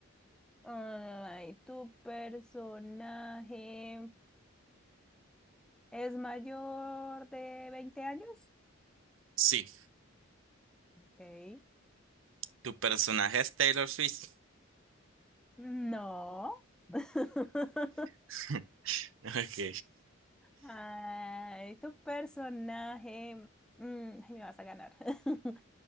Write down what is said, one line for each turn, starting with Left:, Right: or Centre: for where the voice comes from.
Centre: Ay, ¿tu personaje es mayor de veinte años?
Right: Sí.
Centre: Ok.
Right: ¿Tu personaje es Taylor Swift?
Centre: No. <laughs>
Right: <laughs> Ok.
Centre: Ay, tu personaje. mm, ay, me vas a ganar. <laughs>